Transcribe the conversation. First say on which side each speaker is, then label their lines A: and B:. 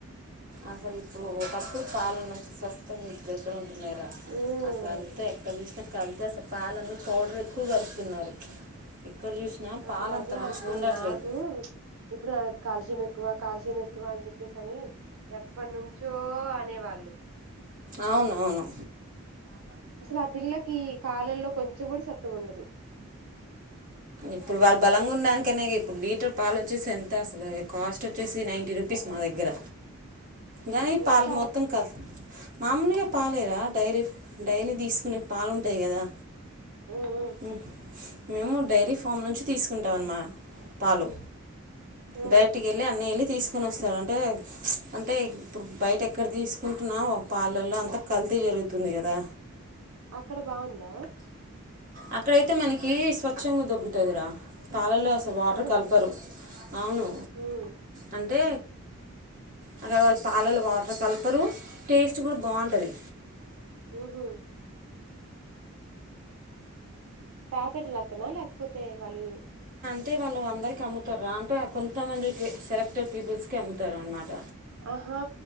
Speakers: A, on the right; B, on the right.
A: అసలు ఇప్పుడు ఒక తప్పు స్ాలుం నుంచి స్వస్ంగా ఇప్పుడు ఎక్కడ అంటన్నార
B: ఉమ్
A: అసలు అంత ఎక్కడ చూసినా కలితే అసలు పలన్నీ పౌడర్ ఎక్కువ కలుపుతున్నారు ఎక్కడ చూసినా పాలు
B: అసలు
A: అంత
B: అదే
A: మంచిగా
B: అంటంది
A: ఉండట్లేదు
B: నాకు ఇప్పుడు కాల్షియం ఎక్కువ కాల్షియం ఎక్కువ అని చెప్పేసి అని ఎప్పటి నుంచో అనేవాళ్ళు
A: అవునవును
B: అసలు ఆ పిల్లకి కాలంలో కొంచెం కూడా స ఉండదు
A: ఇప్పుడు వాళ్ళు బలంగా ఉండనికనే ఇప్పుడు లీటర్ పాలు వచ్చేసి ఎంత అసలు కాస్ట్ వచ్చేసి నైంటీ రూపీస్ మా దగ్గర జనీ పాల
B: ఏం పాలక్క
A: మోతం కల్తీ మామూలుగా పాలేరా డైరీ డైలీ తీసుకునే పాలుంటాయి కదా
B: ఉమ్ ఉమ్
A: ఉ మేము డైరీ ఫామ్ నుంచి తీసుకుంటాం అన్నమా పాలు
B: ఉమ్.
A: డైరెక్ట్ గా వెళ్ళి అన్ని తీసుకొని వస్తారు అంటే అంటే ఇప్పుడు బయట ఎక్కడ తీసుకుంటున్నా పాలల్లో అంతా కల్తీ జరుగుతుంది కదా
B: అక్కడ బాగుందా
A: అక్కడైతే మనకి స్వచ్ంగా దొరుకుతుందిరా పాలలో అసలు వాటర్
B: అవునా
A: కలపరు అవును
B: ఉమ్
A: అంటే అక్కడ వాళ్ళు పాలలు వాటర్ కలపరు టేస్ట్ కూడా బాగుంటుంది
B: ఉఓహ ప్యాకెట్ లక్కనా లేకపోతే వాళ్ళు
A: అంటే వాళ్ళు అందరికీ అమ్ముతారా అంటే కొంతమందికి సెలెక్టెడ్ పీపుల్స్కి అమ్ముతారు అన్న మాట
B: ఆహా